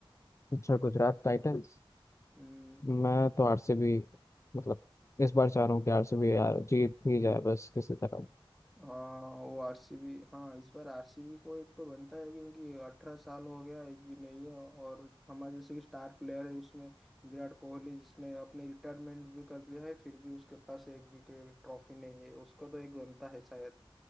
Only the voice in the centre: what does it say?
हम्म
हाँ वो आरसीबी हाँ इस बार आरसीबी को एक तो बनता है क्योंकि अठारह साल हो गया एक भी नहीं है और हमारे जैसे कि स्टार प्लेयर है उसमें विराट कोहली जिसने अपने रिटायरमेंट भी कर लिया है फिर भी उसके पास एक भी ट्रॉफी नहीं है उसको तो एक बनता है शायद